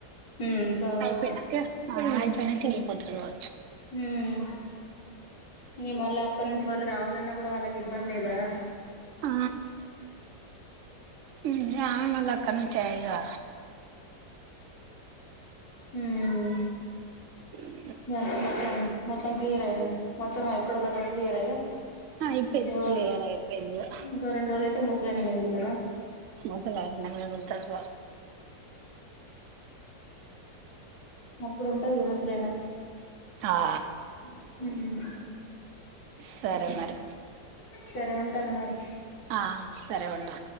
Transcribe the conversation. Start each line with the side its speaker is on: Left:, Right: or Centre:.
Left: హ్మ్ కావచ్చు
Right: అయిపోయినాక అయిపోయినాక వెళ్ళిపోతారు వా
Left: మ్ ఇగ మళ్ళీ అక్కడ నుంచి వాళ్ రావాలన్నా కూడా వాళ్ళకి ఇబ్బందే గదా
Right: ఆ మ్ ఆ మళ్ల అక్కడ్నుంచే గ
Left: హ్మ్
Right: మ్
Left: ఎంత మొత్తం మొత్తం క్లియర్ అయింది మొత్తం ఎక్కడోళ్లక్కడ క్లియర్ అయ్యా
Right: ఆ అయిపోయింది
Left: ఓ
Right: క్లియర్ అయిపోయింది ఇగ
Left: ఇంకొరెండు రోలు అయితే ముసలాయన మిగుల్తాడ
Right: ముసలాయన ఇడనే ఉంటాడు బాబు
Left: అప్పుడుంటదిగ ముసలాయన
Right: ఆ
Left: కు మ్
Right: సరే మరి
Left: సరే ఉంటాను మరి
Right: ఆ సరే ఉండు